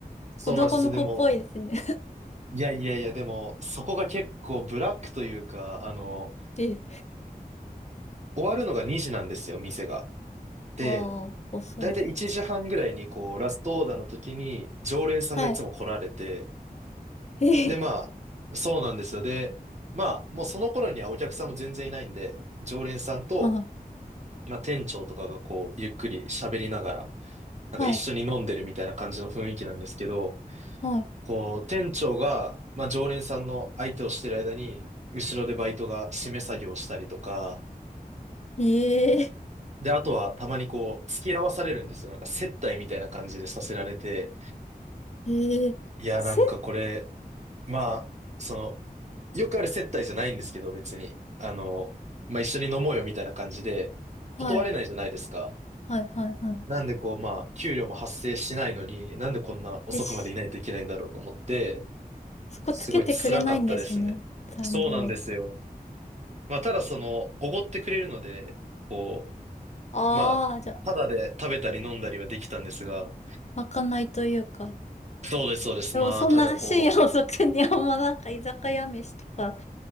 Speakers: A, on the right (about 45°); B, on the left (about 45°).
A: そうなんですよ。
B: 子供の子っぽいですね。
A: でも、いやいやいや、でも、そこが結構ブラックというか、あの、
B: <laughs> え、
A: 終わるのが2時なんですよ、店が。で、
B: ああ、遅い。
A: だいたい1時半ぐらいに、こう、ラストオーダーの時に、常連さんがいつも来られて、
B: はい。ええ、
A: で、まあ、そうなんですよ。で、まあ、もうその頃にはお客さんも全然いないんで、常連さんと、
B: はい。
A: まあ、店長とかがこう、ゆっくり喋りながら、なんか一緒に飲んでるみたいな感じの雰囲気なんですけど、
B: はい。は
A: こう、店長が、まあ、常連さんの相手をしてる間に、後ろでバイトが締め作業をしたりとか、
B: い。ええ、
A: で、あとはたまにこう、付き合わされるんですよ。なんか接待みたいな感じでさせられて、
B: ええ、
A: いや、
B: せ、
A: なんかこれ、まあ、その、よくある接待じゃないんですけど、別に。あの、まあ、一緒に飲もうよみたいな感じで、
B: はい。
A: 断れないじゃないですか。
B: はい。はい。はい。
A: なんでこう、まあ、給料も発生しないのに、なんでこんな遅くまでいないといけないんだろうと思って、
B: え、し、そこつけてくれないんですね。
A: すごい辛かったですね。
B: 残業。
A: そうなんですよ。まあ、ただその、おごってくれるので、こ
B: ああ、
A: う、まあ、
B: じゃあ、
A: ただで食べたり飲んだりはできたんですが、
B: まかないというか。
A: そうです、そうです。
B: でもそんな深夜遅くにあんまなんか居酒屋飯とか、
A: まあ、ただこ